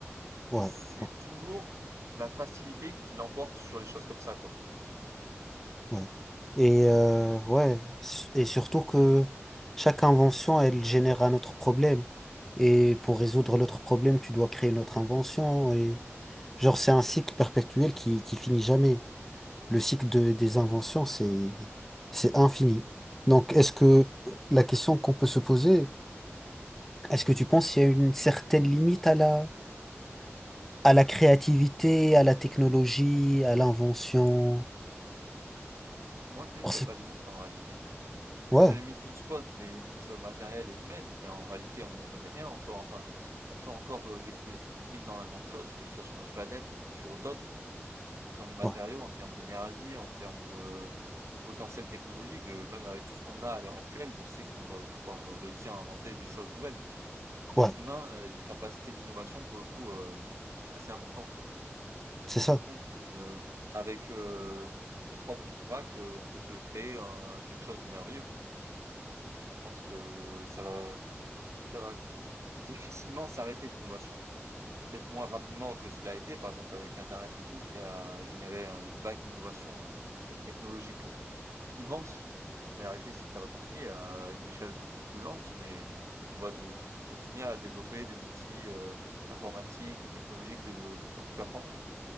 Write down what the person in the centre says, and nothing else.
ouais,
ouais.
ouais. Et, euh, ouais, s- et surtout que chaque invention, elle génère un autre problème. Et pour résoudre l'autre problème, tu dois créer une autre invention et Genre, c'est un cycle perpétuel qui, qui finit jamais. Le cycle de- des inventions, c'est, c'est infini. Donc, est-ce
que
la question qu'on peut se poser, est-ce que tu penses qu'il y a une certaine limite à la, à la créativité, à la technologie, à l'invention?
Parce
que-
ouais,
ouais,
ouais,
c'est
ça.